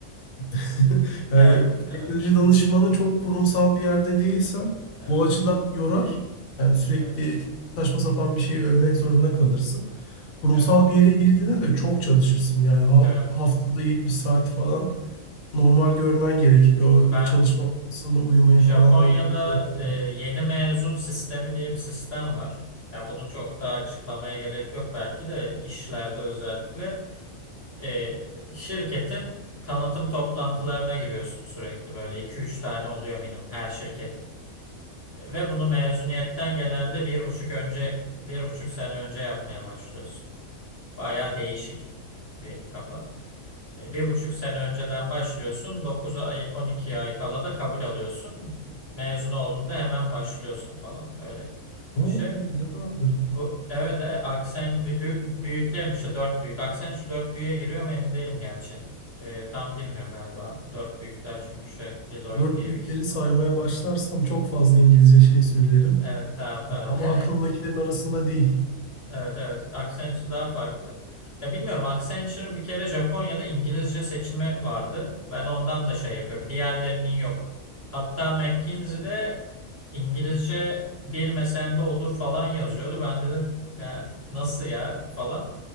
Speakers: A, on the left (about 80°); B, on the right (about 20°).
A: <laughs> Yani
B: Ya evet.
A: teknoloji danışmanı çok kurumsal bir yerde değilsen
B: Evet.
A: bu açıdan yorar. Yani sürekli
B: Evet.
A: saçma sapan bir şeyi övmek zorunda kalırsın. Kurumsal
B: Evet.
A: bir yere girdiğinde de çok çalışırsın. Yani ha-
B: evet.
A: haftada 70 saat falan normal görmen gerekir. O
B: Ben
A: çalışma masasında uyumayı
B: Japonya'da
A: falan normal görmen
B: e,
A: gerekir.
B: yeni mezun sistemi diye bir sistem var. Ya bunu çok daha açıklamaya gerek yok belki de işlerde özellikle. e, şirketin tanıtım toplantılarına giriyorsun sürekli böyle iki üç tane oluyor minimum her şirketin. E, Ve bunu mezuniyetten genelde bir buçuk önce bir buçuk sene önce yapmaya başlıyorsun. Bayağı değişik bir kafa. E, Bir buçuk sene önceden başlıyorsun. dokuz ay 12 ay kala da kabul alıyorsun. Mezun olduğunda hemen başlıyorsun falan öyle
A: Ama
B: bir şey.
A: ne kadar garip.
B: Bu evet e, aksen bir büyük, büyüklerin işte dört büyük. Accenture dört büyüğe giriyor mu emin değilim gerçi. E, tam girmiyor galiba. Dört büyükler çünkü şey Deloitte,
A: Dört büyükleri
B: PwC falan.
A: saymaya başlarsam çok fazla İngilizce şey söylerim.
B: Evet tamam tamam.
A: Ama aklımdakilerin
B: <laughs>
A: arasında değil.
B: Evet evet. evet. Accenture daha farklı. Ya bilmiyorum Accenture'ın bir kere Japonya'da İngilizce seçimi vardı. Ben ondan da şey yapıyorum. Diğerlerinin yok. Hatta McKinsey'de İngilizce bilmesen de olur falan yazıyordu. Ben dedim ya nasıl ya falan.